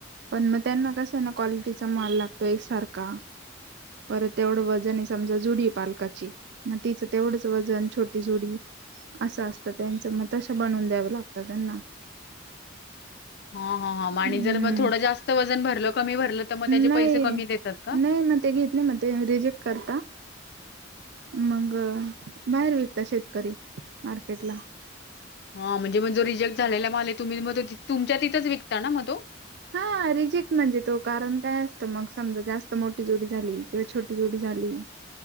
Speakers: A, on the right; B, on the left.
A: पण मग त्यांना कसं आहे ना क्वालिटीचा माल लागतो एकसारखा परत तेवढं वजन समजा जुडी आहे पालकाची मग तिचं तेवढंच वजन छोटी जुडी असं असतं त्यांचं मग तसं बनवून द्यावे लागतात त्यांना
B: हा हा आणि
A: हम्म
B: जर मग थोडं जास्त वजन भरलं कमी भरलं तर मग त्याचे
A: नाही
B: पैसे कमी देतात का ॽ
A: नाही मग ते घेत नाही मग ते रिजेक्ट करता मग बाहेर विकता शेतकरी मार्केटला
B: हा म्हणजे मग जो रिजेक्ट झालेला माल तुम्ही म तुमच्या तिथंच विकता ना म तो
A: हा रिजेक्ट म्हणजे तो कारण काय असतं मग समजा जास्त मोठी जुडी झाली किंवा छोटी जुडी झाली